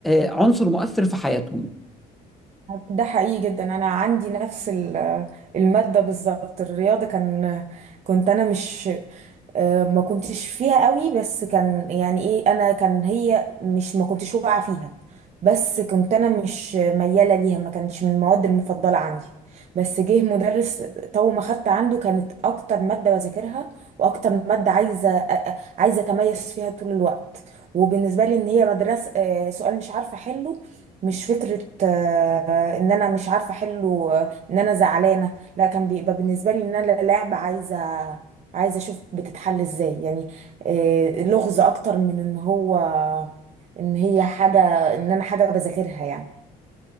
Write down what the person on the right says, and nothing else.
ده حقيقي جدا انا عندي نفس ال- الماده بالظبط الرياضه كان كنت انا مش آه، ما كنتش فيها قوي بس كان يعني ايه انا كان هي مش ما كنتش واقعه فيها بس كنت انا مش مياله ليها ما كانتش من المواد المفضله عندي بس جه مدرس طول ما خدت عنده كانت اكتر ماده بذاكرها واكتر ماده عايزه أ- أ- عايزه اتميز فيها طول الوقت وبالنسبه لي ان هي مدرسه آه، سؤال مش عارفه احله مش فكره آه، آه، ان انا مش عارفه احله آه، ان انا زعلانه لا كان بيبقى بالنسبه لي ان انا لعبه عايزه عايزه اشوف بتتحل ازاي يعني آه، لغز اكتر من ان هو ان هي حاجه ان انا حاجه بذاكرها يعني